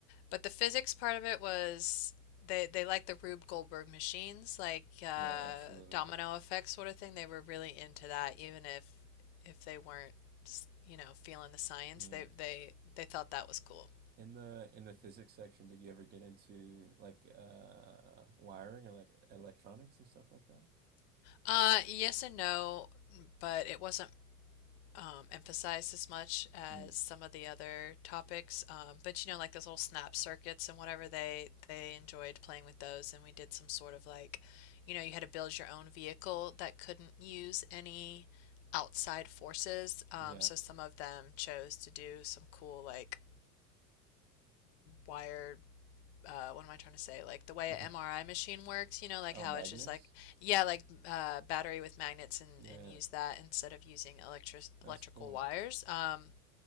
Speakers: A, on the left; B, on the right.
A: but the physics part of it was they they liked the Rube Goldberg machines, like uh,
B: Yeah, absolutely.
A: domino effect sort of thing. They were really into that, even if if they weren't, s- you know, feeling the science.
B: Yeah.
A: They they they thought that was cool.
B: In the in the physics section, did you ever get into like uh wiring or like electronics and stuff like that?
A: Uh, yes and no, but it wasn't um, emphasized as much as
B: Mm,
A: some of the other topics. Um, but you know, like those little snap circuits and whatever, they they enjoyed playing with those, and we did some sort of like, you know, you had to build your own vehicle that couldn't use any outside forces. Um,
B: yeah.
A: so some of them chose to do some cool like wired. Uh, what am I trying to say? Like the way
B: <laughs>
A: an MRI machine works, you know, like
B: Oh,
A: how
B: magnets?
A: it's just like, yeah, like uh, battery with magnets and,
B: Yeah,
A: and use that instead of using electric
B: that's
A: electrical
B: cool.
A: wires. Um,